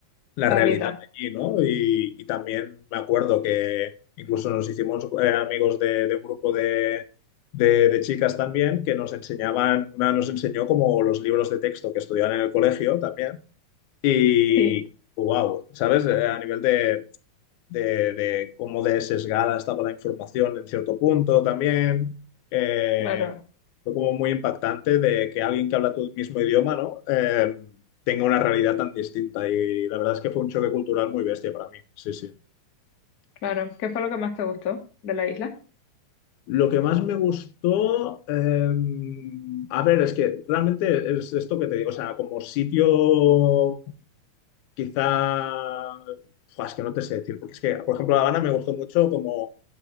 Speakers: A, on the left; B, on the left.
A: la
B: la
A: realidad
B: vida.
A: allí, ¿no? Y, y también me acuerdo que incluso nos hicimos eh, amigos de, de un grupo de, de- de chicas también que nos enseñaban, una nos enseñó como los libros de texto que estudiaban en el colegio también. Y
B: Sí,
A: wow, ¿sabes? Eh, A nivel de, de, de cómo de sesgada estaba la información en cierto punto también. Eh,
B: claro,
A: fue como muy impactante de que alguien que habla tu mismo idioma, ¿no? Eh, tenga una realidad tan distinta y la verdad es que fue un choque cultural muy bestia para mí, sí, sí.
B: claro. ¿Qué fue lo que más te gustó de la isla?
A: Lo que más me gustó, eh, a ver, es que realmente es esto que te digo, o sea, como sitio Quizá, Fua, es que no te sé decir, porque es que, por ejemplo, La Habana me gustó mucho como